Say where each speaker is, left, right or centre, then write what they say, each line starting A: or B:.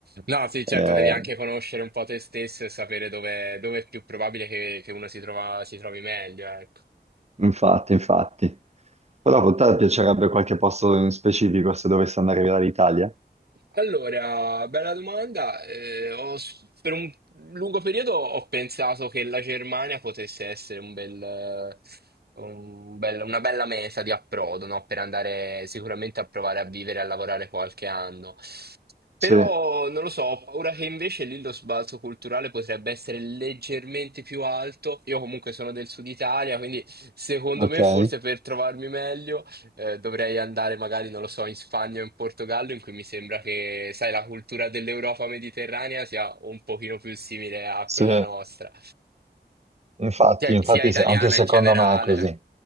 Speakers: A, on the right; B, on the right.
A: No, sì, certo,
B: Eh,
A: devi anche conoscere un po' te stesso e sapere dove, dove è più probabile che, che uno si trova, si trovi meglio, ecco.
B: Infatti, infatti. Però a te piacerebbe qualche posto in specifico se dovessi andare via dall'Italia?
A: Allora, bella domanda. Eh, ho s- per un lungo periodo ho pensato che la Germania potesse essere un bel, eh, un bel- una bella meta di approdo, no? Per andare sicuramente a provare a vivere e a lavorare qualche anno.
B: Sì,
A: Però non lo so, ho paura che invece lì lo sbalzo culturale potrebbe essere leggermente più alto. Io comunque sono del sud Italia, quindi secondo
B: ok.
A: me forse per trovarmi meglio eh, dovrei andare magari, non lo so, in Spagna o in Portogallo, in cui mi sembra che, sai, la cultura dell'Europa mediterranea sia un pochino più simile a
B: Sì,
A: quella nostra,
B: infatti,
A: cioè
B: infatti
A: sia italiana
B: se- anche secondo
A: in generale.
B: me è così.